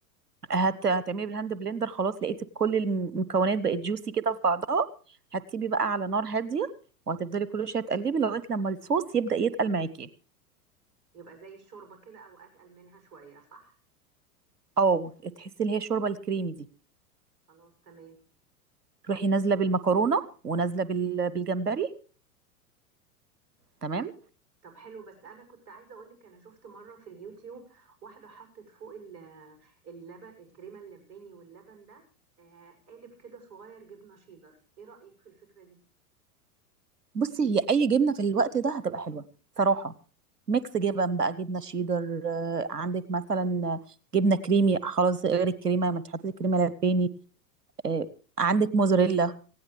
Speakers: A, on the right; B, on the right.
A: هت... هتعملي بالهاند بلندر خلاص لقيتي كل المكونات بقت جوسي كده في بعضها هتسيبي بقى على نار هاديه وهتفضلي كل شويه تقلبي لغايه لما الصوص يبدأ يتقل معاكي
B: يبقى زي الشوربه كده او اتقل منها شويه صح
A: اه تحسي اللي هي الشوربه الكريمي دي
B: خلاص تمام
A: تروحي نازله بالمكرونه ونازله بال... بالجمبري تمام
B: طب حلو بس انا كنت عايزه اقول لك انا شفت مره في اليوتيوب واحده حطت فوق ال- اللبن الكريمه اللباني واللبن ده آه، قالب كده صغير جبنه شيدر ايه رايك في الفكره دي
A: بصي هي اي جبنه في الوقت ده هتبقى حلوه صراحه ميكس جبن بقى جبنه شيدر آه، عندك مثلا جبنه كريمي خلاص غير الكريمه ما انت حطيتي كريمه لباني آه، عندك موزاريلا